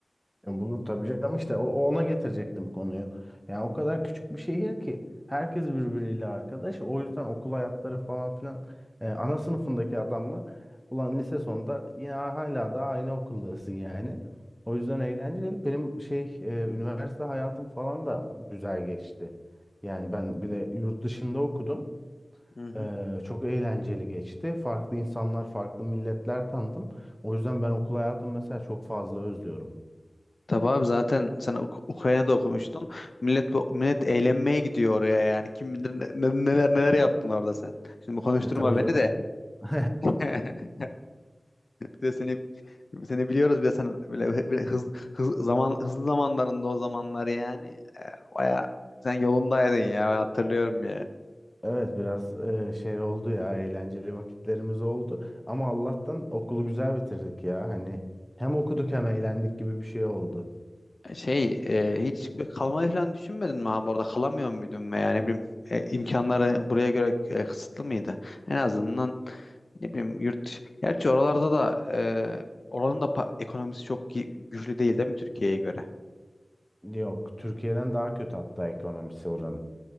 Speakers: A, in the centre; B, on the left (about 60°).
A: Ya Bulur tabii canım işte o, ona getirecektim konuyu. Yani o kadar küçük bir şehir ki herkes birbiriyle arkadaş. O yüzden okul hayatları falan filan e, ana sınıfındaki adamla ulan lise sonunda yine hala da aynı okuldasın yani. O yüzden eğlenceli. Benim şey e, üniversite hayatım falan da güzel geçti. Yani ben bir de yurt dışında okudum.
B: Hı hı.
A: E, çok eğlenceli geçti. Farklı insanlar, farklı milletler tanıdım. O yüzden ben okul hayatımı mesela çok fazla özlüyorum.
B: Tabii abi zaten sen Uk- Ukrayna'da okumuştun. Millet bu- millet eğlenmeye gidiyor oraya yani. Kim bilir ne- ne- neler neler yaptın orada sen. Şimdi konuşturma
A: E tabii
B: beni
A: canım.
B: de.
A: <laughs>
B: <laughs> Bir de seni seni biliyoruz bir de sen böyle, böyle hız, hız- zaman hızlı zamanlarında o zamanlar yani. Baya sen yolundaydın ya ben hatırlıyorum yani.
A: Evet biraz e, şey oldu ya eğlenceli vakitlerimiz oldu ama Allah'tan okulu güzel bitirdik ya hani hem okuduk hem eğlendik gibi bir şey oldu.
B: Şey e, hiç bir kalmayı falan düşünmedin mi abi orada kalamıyor muydun veya ne bileyim e, imkanları buraya göre e, kısıtlı mıydı? En azından ne bileyim yurt gerçi oralarda da e, oranın da pa- ekonomisi çok gü- güçlü değil değil mi Türkiye'ye göre?
A: Yok Türkiye'den daha kötü hatta ekonomisi oranın.